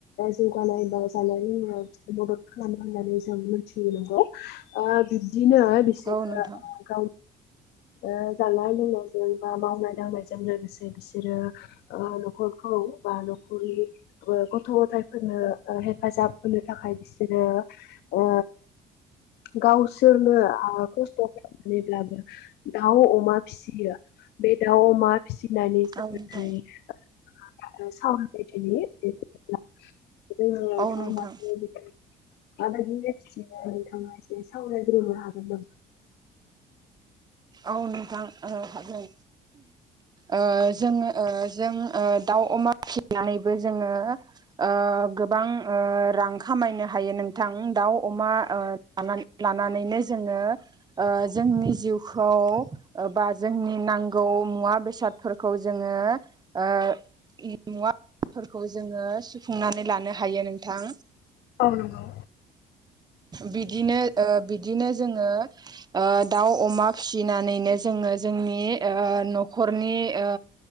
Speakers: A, on the left; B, on the right.
A: जौगानाय जानाय लोंनाय मदद खालामो होननानै जों मिथियो नंगौ, ओ बि दिनो बिसोरो,
B: औ नोंथां
A: ओ गावनि ओ जानाय लोंनायजों बा मावनाय दांनायजों लोगोसे बिसोरो ओ न'खर खौ बा न'खरनि गथ' गथायफोरनो हेफाजाब होनो थाखाय बि सोरो ओ गावसोरनो आ खस्थ' खालामनानैब्लाबो दाउ अमा फिसियो। बे दाउ अमा फिसि दानि
B: औ नोंथां
A: सोमोन्दै <inaudible> <unintelligible> आरो दाव अमाखौ
B: औ नोंथां
A: <inaudible> माबायदि एखि नोंथाङा एसे सावरायग्रोनो हागोन नामा?
B: औ नोंथां औ हागोन, ओ जोङो जों ओ दाउ अमा फिसिनानैबो जोङो ओ गोबां ओ रां खामायनो हायो। नोंथां दाउ अमा ओ लानानै लानानैनो जोङो ओ जोंनि जिउ खौ बा जोंनि नांगौ मुवा बेसादफोरखौ जोङो ओ मुवाफोरखौ जोङो सुफुंनानै लानो हायो नोंथां।
A: औ नंगौ
B: बिदिनो ओ बि बिदिनो जोङो दाउ अमा फिसिनानैनो जोङो जोंनि ओ न'खरनि ओ